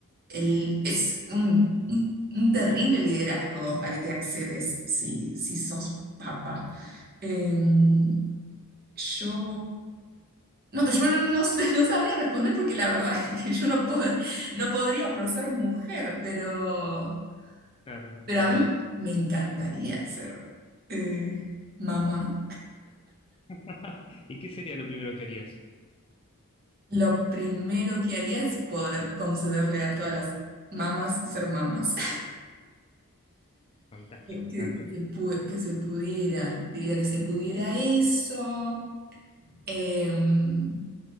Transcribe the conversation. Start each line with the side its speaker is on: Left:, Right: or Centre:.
Right: el- es un, un- un terrible liderazgo al que accedes si, si sos papa. Em, yo, no, yo no, no sé, no sabría responder porque la verdad <laughs> es que yo no, pod- no podría por ser mujer, pero,
Left: Claro,
Right: pero
Left: pero
Right: a mí me encantaría ser eh, mamá.
Left: <laughs> ¿Y qué sería lo primero que harías?
Right: Lo primero que haría es poder concederle a todas las mamás ser mamás.
Left: Fantástico, me
Right: Que,
Left: encanta.
Right: que pu- que se pudiera, diría que se pudiera eso. Em,